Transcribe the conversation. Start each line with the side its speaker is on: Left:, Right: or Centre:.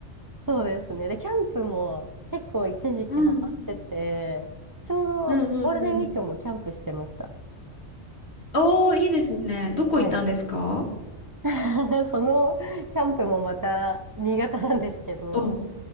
Right: そうですね。で、キャンプも結構一時期ハマってて、
Left: <laughs> うん
Right: ちょうどゴールデンウィークもキャンプしてました。
Left: うんうんうん。おー、いいですね。どこ行ったんですか
Right: はい。<laughs> そのキャンプもまた新潟なんですけど、
Left: お